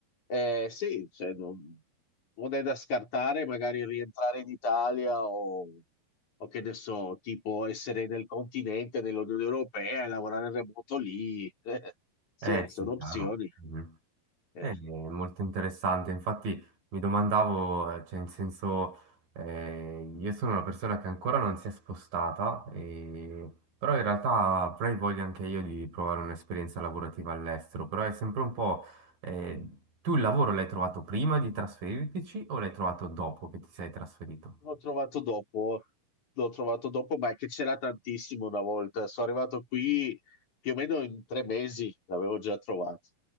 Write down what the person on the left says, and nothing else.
eh, sì, cioè, non, non è da scartare magari rientrare in Italia o, o che ne so, tipo essere nel continente, nell'Unione Europea e lavorare remoto lì, <laughs> sì,
sono
opzioni.
Eh.
L'ho trovato dopo, l'ho trovato dopo, ma è che c'era tantissimo una volta. Sono arrivato qui più o meno in tre mesi, l'avevo già trovato.